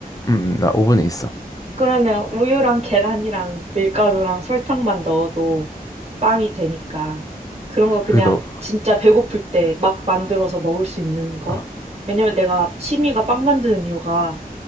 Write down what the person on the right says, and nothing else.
그러면 우유랑 계란이랑 밀가루랑 설탕만 넣어도 빵이 되니까 그런 거 그냥
진짜 배고플 때 막 만들어서 먹을 수 있는 거?
왜냐면 내가 취미가 빵 만드는 이유가